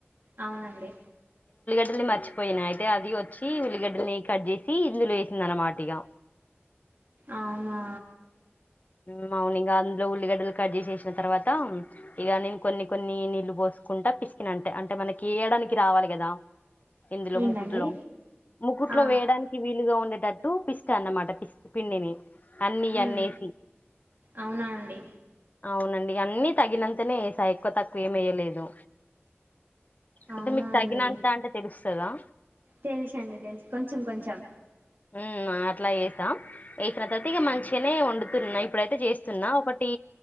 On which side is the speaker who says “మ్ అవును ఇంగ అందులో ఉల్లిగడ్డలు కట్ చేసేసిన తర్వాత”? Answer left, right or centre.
Left